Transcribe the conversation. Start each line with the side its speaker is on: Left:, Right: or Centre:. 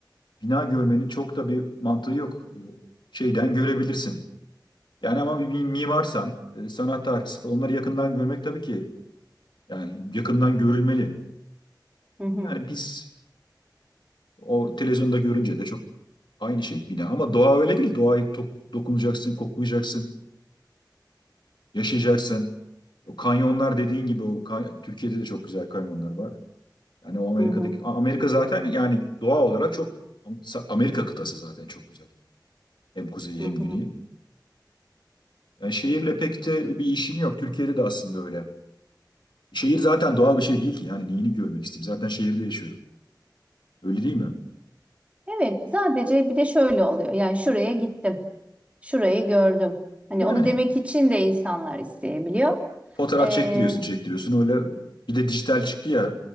Left: bina görmenin çok da bir mantığı yok. E, Şeyden görebilirsin. Yani ama bir mi- mimarsan, e, sanat tarihçisi falan onları yakından görmek tabii ki yani yakından görülmeli.
Right: Hı hı,
Left: Yani biz o televizyonda görünce de çok aynı şey bina ama doğa öyle değil. Doğayı to- dokunacaksın, koklayacaksın, yaşayacaksın. O kanyonlar dediğin gibi o kany- Türkiye'de de çok güzel kanyonlar var. Yani o Amerika'daki
Right: hı hı,
Left: A- Amerika zaten yani doğa olarak çok Amerika kıtası zaten çok güzel. Hem kuzeyi
Right: hı
Left: hem
Right: hı.
Left: güneyi. Yani şehirle pek de bir işim yok. Türkiye'de de aslında öyle. Şehir zaten doğal bir şey değil ki. Yani neyini görmek isteyeyim? Zaten şehirde yaşıyorum. Öyle değil mi?
Right: Evet, sadece bir de şöyle oluyor. Yani şuraya gittim. Şurayı gördüm. Hani
Left: Yani
Right: onu demek için de insanlar isteyebiliyor.
Left: fotoğraf
Right: Ee,
Left: çektiriyorsun, çektiriyorsun. Öyle bir de dijital çıktı ya.